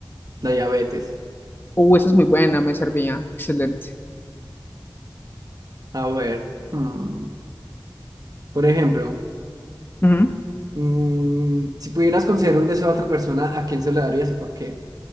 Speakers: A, on the right; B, on the left.
A: la diabetes.
B: Uh, esa es muy buena, me servía. Excelente.
A: A ver, mm, por ejemplo,
B: Ujú.
A: mm, si pudieras conceder un deseo a otra persona, ¿a quién se lo darías y por qué?